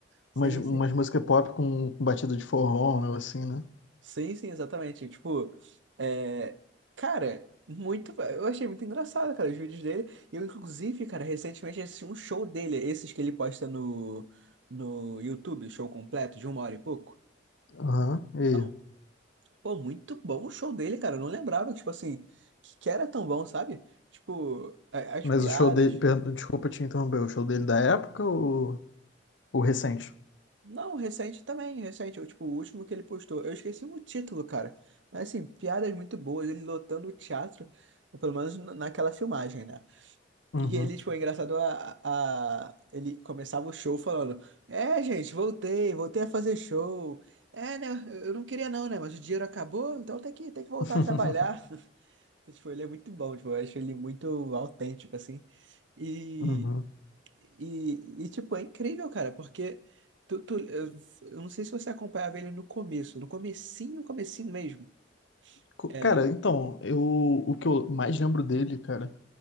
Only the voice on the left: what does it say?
umas, umas
músicas pop com batida de forró, um negócio assim, né?
Aham, e...
Mas
o show dele... per- Desculpa te interromper, o show dele da época ou o recente?
Uhum.
<laughs>
Uhum.
Co-
Cara, então, eu, o que eu mais lembro dele, cara,